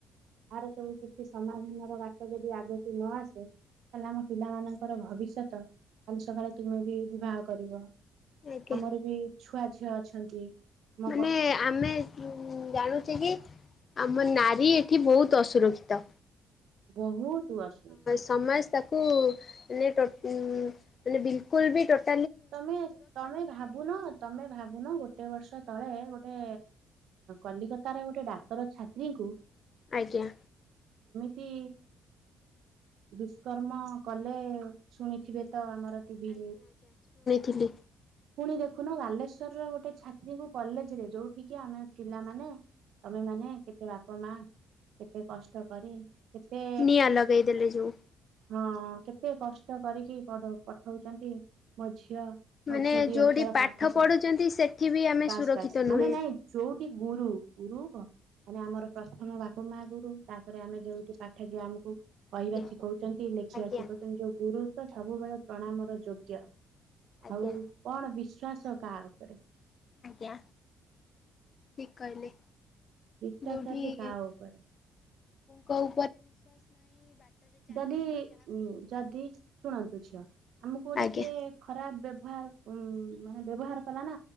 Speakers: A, on the right; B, on the left.
A: ତାର ସବୁ କିଛି ସମାଧାନର ବାଟ ଯଦି ଆଗକୁ ନ ଆସେ। ତାହଲେ ଆମ ପିଲା ମାନଙ୍କର ଭବିଷ୍ୟତ କାଲି ସକାଳେ ତୁମେ ବି ବିବାହ କରିବ।
B: ଆଜ୍ଞା
A: ଆମର ବି ଛୁଆ ଝିଅ ଅଛନ୍ତି। ଆମ
B: ମାନେ
A: ପ
B: ଆମେ। ଉଁ ଜାଣୁଛେ କି ଆମ ନାରୀ ଏଠି ବହୁତ ଅସୁରକ୍ଷିତ।
A: ବହୁତ ଅସୁରକ୍ଷିତ
B: ସମାଜ ତାକୁ ମାନେ ଉ ମାନେ ବିଲକୁଲ ବି ଟୋଟା
A: ତମେ ତମେ ଭାବୁନ ତମେ ଭାବୁନ ଗୋଟେ ବର୍ଷ ତଳେ ଗୋଟେ କଲିକତାର ଗୋଟେ ଡାକ୍ଟର ଛାତ୍ରୀଙ୍କୁ
B: ଆଜ୍ଞା
A: ଠି ଦୁସ୍କରମ କଲେ ଶୁଣିଥିବେ ତ ଆମର ଟିଭି
B: ପିଲି
A: ପୁଣି ଦେଖୁନ ବାଲେଶ୍ଵର ର ଗୋଟେ ଛାତ୍ରୀଙ୍କ କଲେଜ୍ ରେ ଯୋଉଠି କି ଆମେ ପିଲାମାନେ ତମେ ମାନେ କେତେ ବାପା ମା କେତେ କେତେ
B: ନିଆଁ ଲଗେଇଦେଲେ ଯୋଉ
A: ହଁ କେତେ କଷ୍ଟ କରିକି ପଢଉ ପଠଉଛନ୍ତି । ଝିଅ ମୋ
B: ମାନେ
A: ଝିଅ ଦି
B: ଯୋଉଠି
A: ଅକ୍ଷର ପାଠ
B: ପଢୁଛନ୍ତି
A: ପଢ଼ୁ
B: ସେଠି ବି ଆମେ
A: ବାସ୍
B: ସୁରକ୍ଷିତ
A: ବାସ୍
B: ନୁହେଁ।
A: ମାନେ ନାଇଁ ଯୋଉଠି ଗୁରୁ ଗୁରୁବ ମାନେ ଆମର ପ୍ରସ୍ଥମ ରାଧା କହିବା
B: ଆଜ୍ଞା
A: ଶିଖଉଛନ୍ତି, ବୁଝିବା
B: ଆଜ୍ଞା
A: ଶିଖଉଛନ୍ତି ଗୁରୁ ତମେ ସବୁବେଳେ ପ୍ରଣାମ ର ଯୋଗ୍ୟ ।
B: ଆଜ୍ଞା
A: ଆଉ କ
B: ଆଜ୍ଞା ଠିକ କହିଲେ
A: ବିଶ୍ଵାସ
B: ଯୋଉଠି
A: ଏଠି କାହା ଉପରେ
B: ଗୁରୁ
A: ଯଦି ଉ ଯଦି ଶୁଣନ୍ତୁ ଝିଅ ଆମକୁ ଯଦି
B: ଆଜ୍ଞା
A: କିଏ ଖରାପ୍ ବ୍ୟବ ମାନେ ବ୍ୟବହାର କଲା ନା